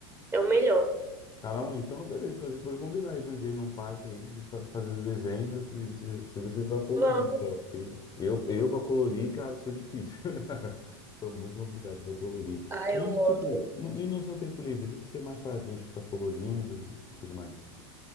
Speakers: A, on the right; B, on the left.
A: É o melhor.
B: Caramba, então beleza. Então a gente pode combinar aí de um dia ir num parque aí, de fa- fazer o desenho. né? e Se, se você só colorir,
A: Vamos.
B: só. Porque eu, eu pra colorir, cara, sou difícil. <laughs> Sou muito complicado pra colorir.
A: Ah,
B: E,
A: eu gosto.
B: tipo, no, e no seu tempo livre, o que, que você mais faz, né? Tipo, ficar colorindo e tudo mais.